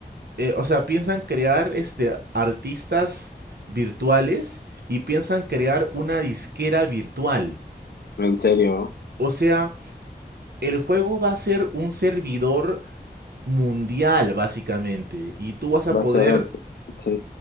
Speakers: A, on the right (about 85°); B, on the left (about 80°).
A: eh, o sea, piensan crear este artistas virtuales y piensan crear una disquera virtual.
B: en serio,
A: O sea, el juego va a ser un servidor mundial, básicamente. Y tú vas a
B: va
A: poder,
B: a ser, ot- sí,